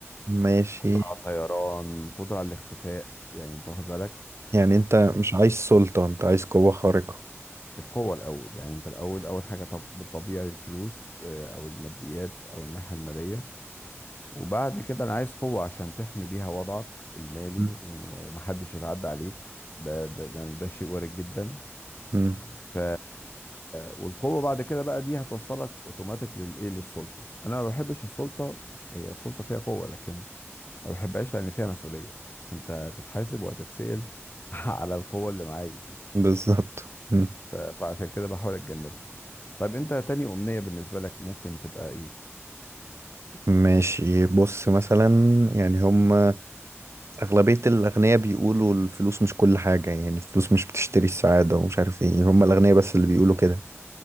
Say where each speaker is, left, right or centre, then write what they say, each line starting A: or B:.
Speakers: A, on the right (about 65°); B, on the left (about 45°).
A: ماشي
B: قدره على الطيران قدره على الاختفاء يعني انت واخد بالك
A: يعني انت مش عايز سلطة انت عايز قوة خارقة
B: القوه الاول يعني انت الاول اول حاجه طب بالطبيعي الفلوس آه، او الماديات او الناحيه الماليه وبعد كده انا عايز قوة عشان تحمي بيها وضعك المالي
A: مم.
B: ومحدش يتعدى عليك ده ده, ده, ده شيء وارد جدا
A: مم.
B: ف والقوة بعد كده بقى دي هتوصلك اوتوماتيك للايه للسلطة انا ما بحبش السلطة هي السلطة فيها قوة لكن ما بحبهاش لان فيها مسؤولية انت تتحاسب وهتتسأل <laughs> على القوة اللي معاك دي
A: بالظبط مم.
B: ف... فعشان كده بحاول اتجنبها طيب انت تاني امنية بالنسبة لك ممكن تبقى ايه
A: ماشي بص مثلا يعني هما أغلبية الأغنياء بيقولوا الفلوس مش كل حاجة يعني الفلوس مش بتشتري السعادة ومش عارف ايه هم الأغنياء بس اللي بيقولوا كده